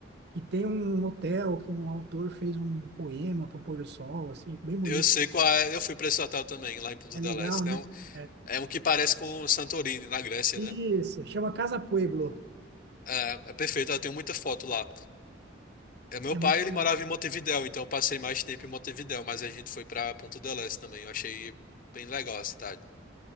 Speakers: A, on the right (about 60°); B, on the left (about 45°).
A: que tem um hotel que um autor fez um poema para o pôr do sol, assim, bem bonito.
B: Eu sei qual é, eu fui pra esse hotel também, lá em Punta
A: É
B: del
A: legal,
B: Este.
A: né?
B: É um,
A: É.
B: é um que parece com Santorini, na Grécia,
A: Isso,
B: né?
A: chama Casa Pueblo.
B: É, é perfeito, eu tenho muita foto lá. É, meu
A: É
B: pai,
A: muito
B: ele
A: legal.
B: morava em Montevidéu, então eu passei mais tempo em Montevidéu, mas a gente foi pra Punta del Este também. Eu achei bem legal a cidade.